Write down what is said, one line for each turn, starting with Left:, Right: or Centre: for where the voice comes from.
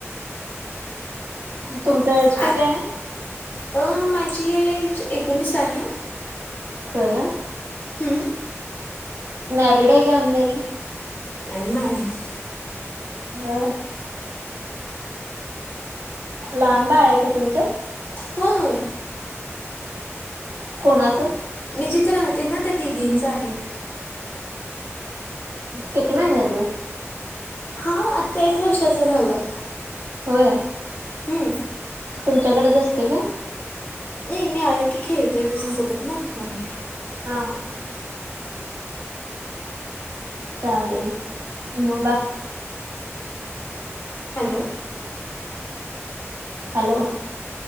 Right: तुमचं एज
Left: अ
Right: किती आहे.
Left: अ माझी आ एकोणीस आहे.
Right: <unintelligible>
Left: हम्म
Right: मॅरिड आहे का अणमॅरीड.
Left: अनमॅरिड.
Right: हो लहान बाळ आहे का तुमचं.
Left: हो हो.
Right: कोणाच
Left: मी जिथं राहते ना त्या दिदींचं आहे.
Right: किती महिन्याचं
Left: हा आत्ता एक वर्षाचं झालं आहे.
Right: होय
Left: हम्म
Right: तुमच्याकडेच असते का.
Left: नाही मी आलं की खेळतोय त्याच्यासोबत ना म्हणून.
Right: हा हा चालेल मग बाकी
Left: हॅलो
Right: हॅलो